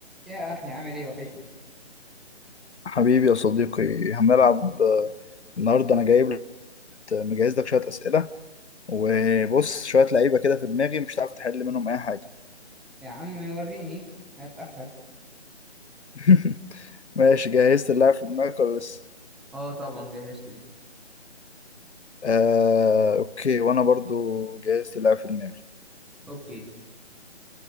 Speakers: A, in the centre; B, on the left.
A: يا أخي عامل إيه وحشني
B: حبيبي يا صديقي هنلعب آه، النهارده انا جايب لك آه، مجهز لك شويه اسئله وبص شويه لعيبه كده في دماغي مش هتعرف تحل منهم اي حاجه
A: يا عم وريني هتأخر
B: <laughs> ماشي جهزت اللاعب في دماغك ولا لسه
A: اه طبعا جهزته
B: آه، اوكي وانا برضو جهزت اللاعب في دماغي
A: اوكي